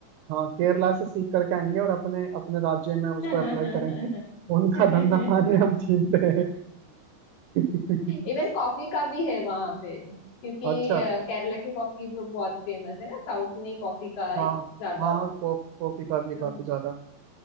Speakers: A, on the right (about 75°); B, on the left (about 80°).
A: हाँ केरला से सीख करके आएंगे और अपने अपने राज्य में उसको
B: हैं
A: अप्लाई करेंगे <laughs> उनका
B: <laughs>
A: धंधा पानी हम छीनते हैं <laughs>
B: इवन कॉफी का भी है वहां पे क्योंकि
A: अच्छा
B: अ, केरला की कॉफी भी बहुत फेमस है ना साउथ में ही कॉफी का
A: हाँ
B: ज्यादा
A: हाँ
B: होता
A: कॉफी कॉफी का भी
B: है
A: काफी
B: तो-
A: ज्यादा